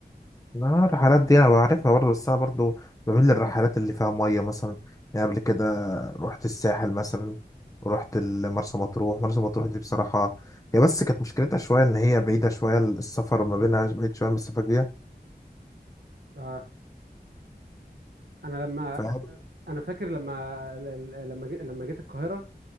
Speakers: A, on the left; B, on the right.
A: لا الرحلات دي انا بعرفها برضه بس انا برضه بميل للرحلات اللي فيها ميه مثلا يعني قبل كده رحت الساحل مثلا ورحت مرسى مطروح مرسى مطروح دي بصراحه هي بس كانت مشكلتها شويه ان هي بعيده شويه السفر ما بينها بعيد شويه من السفاجية
B: اه انا لما
A: فاهم
B: انا فاكر لما لما جي- لما جيت القاهره